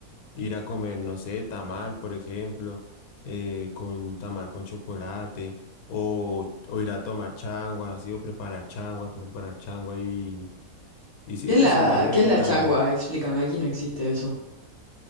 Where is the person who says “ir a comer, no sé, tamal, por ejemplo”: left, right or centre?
Left